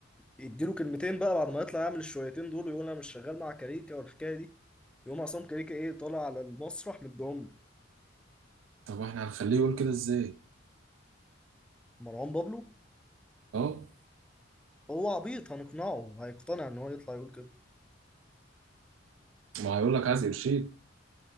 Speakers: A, in the centre; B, on the right.
A: يديله كلمتين بقى بعد ما يطلع يعمل الشويتين دول ويقول انا مش شغال مع كاريكا والحكايه دي يقوم عصام كاريكا ايه طالع على المسرح مديهم له
B: طب واحنا هنخليه يقول كده ازاي؟
A: مروان بابلو
B: اه
A: هو عبيط هنقنعه هيقتنع ان هو يطلع يقول كده
B: ما هيقول لك عايز قرشين